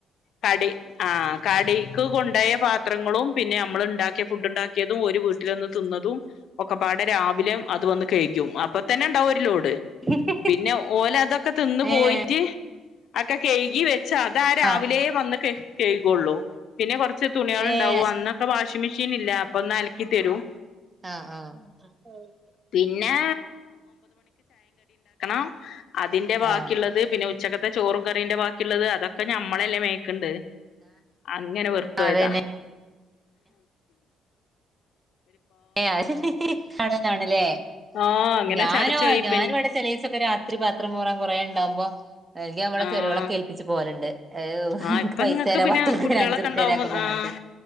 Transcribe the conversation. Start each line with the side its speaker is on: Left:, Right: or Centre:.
Left: കടി ആ കടീക്ക് കൊണ്ടായ പാത്രങ്ങളും പിന്നെ മ്മളുണ്ടാക്കിയ ഫുഡ് ണ്ടാക്കിയതും ഒരു വീട്ടിലന്ന് തിന്നതും ഒക്കെപാടെ രാവിലെ അത് വന്ന് <unintelligible> അപ്പത്ത ന്നെ ഉണ്ടാവും ഒരു ലോ
Right: <unintelligible>
Left: പിന്നെ ഓലതൊക്കെ തിന്ന് പോയിറ്റ്
Right: ഏഹ്
Left: ഒക്കെ കഴുകി വെച്ച് അതാ രാവിലെ
Right: ആഹ്
Left: വന്ന് കൈ കഴുകുള്ളൂ പിന്നെ കൊറ ച്ച് തുണിയെള്
Right: ഏഹ്
Left: ഉണ്ടാവും അന്നൊക്കെ വാഷിംഗ് മെഷീൻ ഇല്ല അപ്പൊ ഒന്ന് അലക്കി ത്തരും.
Right: ആഹ് ആഹ്
Left: പിന്നെ അ അതിന്റെ വാക്കിള്ളത്
Right: ആഹ്
Left: പിന്നെ ഉച്ചക്കത്തെ ചോറും കറിന്റെ വാക്കി ള്ളത് അതൊക്കെ ഞ നമ്മളെല്ലേ മേയ്ക്ക്ണ്ട് അങ്ങനെ വെറത്തോയ്താ
Right: അതന്നെ
Left: <inaudible>
Right: ഏ അത് <unintelligible>
Left: ആഹ് അങ്ങനെ
Right: ഞാനോ,
Left: ചടച്ച് പോയിപ്പ
Right: ഞാനുവിടെ ചെലെസൊക്കെ രാത്രി പാത്രം മോറാൻ കൊറേ ണ്ടാവുമ്പോ എങ്കി അവളെ
Left: ആഹ്
Right: ചെറോളൊക്കെ ഏൽപ്പിച്ചു പോലണ്ട്. ഏ്
Left: ആഹ്
Right: ഇൻക്
Left: ഇപ്പ
Right: പൈസരാ
Left: ഇങ്ങക്ക് പിന്നെ
Right: പത്തുർപ്യരാ
Left: കുട്ടികളൊക്കെ
Right: അഞ്ചുർപ്യരാക്കെ
Left: ഉണ്ടാവുമ്പോ
Right: പറഞ്ഞിട്ട്
Left: ആഹ്